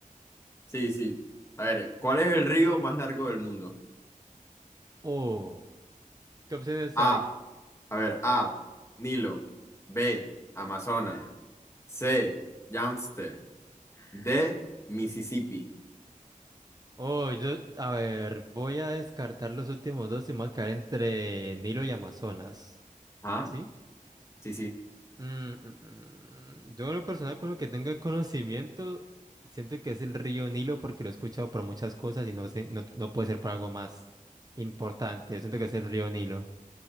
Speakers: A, on the left (about 20°); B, on the right (about 25°).
A: Sí, sí. A ver, ¿cuál es el río más largo del mundo?
B: Oh, ¿qué opciones
A: A,
B: hay?
A: a ver, A, Nilo, B, Amazonas, C, Yangtze, D, Mississippi.
B: Oh, yo, a ver, voy a descartar los últimos dos y me voy a quedar entre Nilo y Amazonas.
A: Ah,
B: ¿Sí?
A: sí, sí.
B: Mm, mm, mm. Yo en lo personal con lo que tengo el conocimiento, siento que es el río Nilo porque lo he escuchado por muchas cosas y no sé, no, no puede ser por algo más importante. Siento que es el río Nilo.